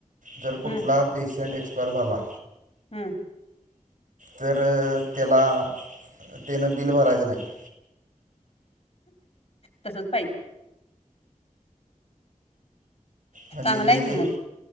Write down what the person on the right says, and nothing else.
जर
कुठला पेशंट एक्सपायर झाला.
तर त्याला, त्यानं बिल भरायचं नाही.
म्हणजे
ही
जे,